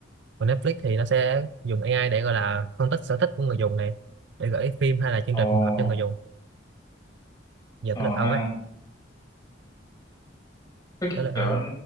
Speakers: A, on the right (about 65°); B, on the left (about 20°).
A: còn Netflix thì nó sẽ dùng AI để gọi là phân tích sở thích của người dùng này để gửi phim hay là chương
B: ồ
A: trình phù hợp cho người dùng giờ
B: ồ
A: tới lượt ông
B: ha
A: ấy
B: cái
A: tới lượt
B: kiểu
A: ông